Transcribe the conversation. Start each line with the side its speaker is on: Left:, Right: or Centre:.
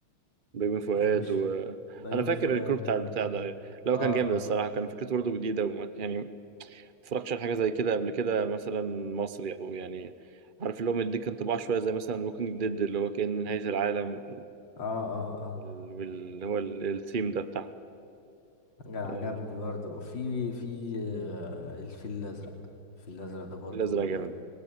Right: بيومي فؤاد
Left: انا مش
Right: و
Left: بيومي
Right: انا فاكر
Left: فؤاد
Right: الكروب بتاع
Left: اه
Right: البتاع ده لو
Left: اه
Right: كان جامد الصراحه كان فكرته برضه جديده وما يعني ما اتفرجتش على حاجه زي كده قبل كده مثلا مصري او يعني عارف اللي هو مديك انطباع شويه زي مثلا ووكينج ديد اللي هو كان نهايه العالم
Left: اه اه اه
Right: وال- واللي هو ال- الثيم ده بتاع
Left: عجب- عجبني
Right: آه،
Left: برضه في في آه، الفيل الازرق الفيل الازرق ده برضه
Right: الازرق جامد